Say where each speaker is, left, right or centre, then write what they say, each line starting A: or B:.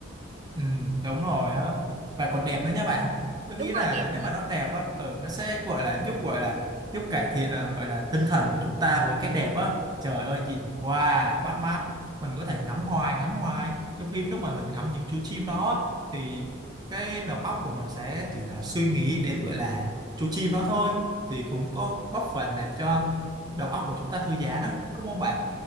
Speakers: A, on the right; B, on the right.
A: Ừ, đúng rồi á và còn đẹp nữa nhá bạn tôi nghĩ
B: đúng rồi
A: là
B: đẹp
A: nếu mà nó đẹp á ừ, nó sẽ gọi là giúp gọi là giúp cải thiện à, gọi là tinh thần của chúng ta với cái đẹp á trời ơi nhìn wow bắt mắt mình có thể ngắm hoài ngắm hoài trong khi lúc mà mình ngắm những chú chim đó á, thì cái đầu óc của mình sẽ chỉ là suy nghĩ đến gọi là chú chim đó thôi thì cũng có góp phần làm cho đầu óc của chúng ta thư giãn á đúng không bạn